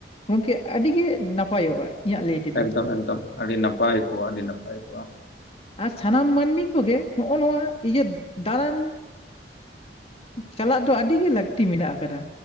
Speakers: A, on the left; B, on the left.
A: ᱜᱚᱝᱠᱮ ᱟᱹᱰᱤ ᱜᱮ ᱱᱟᱯᱟᱭᱚᱜᱼᱟ᱾ ᱤᱧᱟᱹᱜ ᱞᱟᱹᱭ ᱛᱮᱫᱚ
B: ᱮᱠᱫᱚᱢ ᱮᱠᱫᱚᱢ ᱟᱹᱰᱤ ᱱᱟᱯᱟᱭ ᱠᱚᱜᱼᱟ, ᱟᱹᱰᱤ ᱱᱟᱯᱟᱭ ᱠᱚᱜᱼᱟ᱾
A: ᱟᱨ ᱥᱟᱱᱟᱢ ᱢᱟᱹᱱᱢᱤ ᱠᱚᱜᱮ ᱱᱚᱜᱼᱚ ᱱᱚᱣᱟ ᱤᱭᱟᱹ ᱫᱟᱬᱟᱱ ᱪᱟᱞᱟᱜ ᱫᱚ ᱟᱹᱰᱤ ᱜᱮ ᱞᱟᱹᱠᱛᱤ ᱢᱮᱱᱟᱜ ᱟᱠᱟᱫᱟ